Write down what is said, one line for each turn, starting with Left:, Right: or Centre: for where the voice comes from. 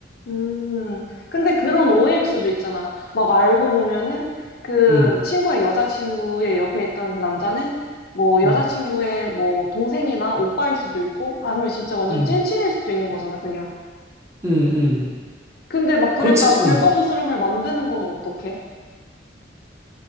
Left: 음, 근데 그런 오해일 수도 있잖아. 막 알고 보면은 그
Right: 응
Left: 친구의 여자친구의 옆에 있던 그 남자는 뭐 여자친구의
Right: 응응
Left: 뭐 동생이나 오빠일 수도 있고 아니면 진짜 완전
Right: 응
Left: 찐친일 수도 있는 거잖아, 그냥.
Right: 응
Left: 근데 막 그랬다가
Right: 그렇지,
Left: 긁어부스럼을
Right: 응
Left: 만드는 거면 어떡해?